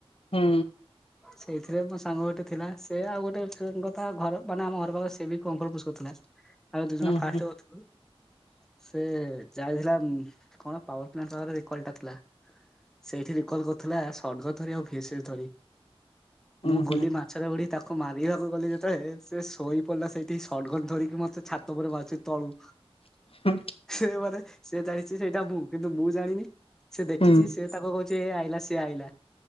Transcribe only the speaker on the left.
ହୁଁ।
ହୁଁ
ହୁଁ
ହୁଁ
ହୁଁ
ହୁଁ
ହୁଁ